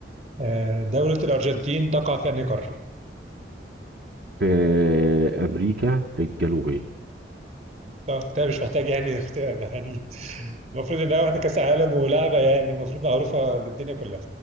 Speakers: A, on the right; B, on the right.
A: آه دولة الأرجنتين تقع في أنهي قارة؟
B: في امريكا الجنوبيه
A: طب ده مش محتاج يعني اختراع ده يعني المفروض انها واخده كاس عالم ولعبه يعني المفروض معروفه للدنيا كلها